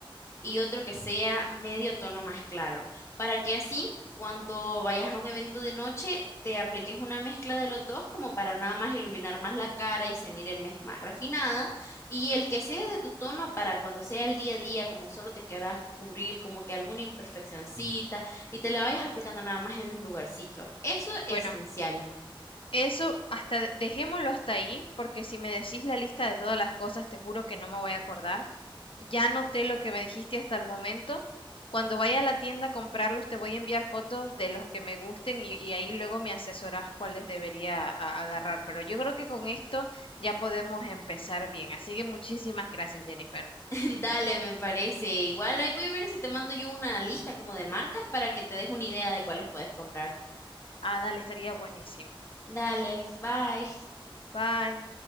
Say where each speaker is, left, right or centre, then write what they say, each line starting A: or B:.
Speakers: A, on the left; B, on the left.
A: y otro que sea medio tono más claro, para que así cuando vayas a un evento de noche te apliques una mezcla de los dos como para nada más iluminar más la cara y se mire mes- más refinada y el que sea de tu tono para cuando sea el día a día como solo te querrás cubrir como que alguna imperfeccioncita y te la vayas aplicando nada más en los lugarcitos. Eso es
B: Bueno,
A: esencial.
B: eso hasta dejémoslo hasta ahí, porque si me decís la lista de todas las cosas, te juro que no me voy a acordar. Ya noté lo que me dijiste hasta el momento. Cuando vaya a la tienda a comprarlos, te voy a enviar fotos de los que me gusten y, y ahí luego me asesorás cuáles debería a- agarrar. Pero yo creo que con esto ya podemos empezar bien. Así que muchísimas gracias, Jennifer.
A: <laughs> Dale, me parece. Igual ahí voy a ver si te mando yo una lista como de marcas para que te des una idea de cuáles puedes comprar.
B: Ah, dale, estaría buenísimo.
A: Dale, bye.
B: Bye.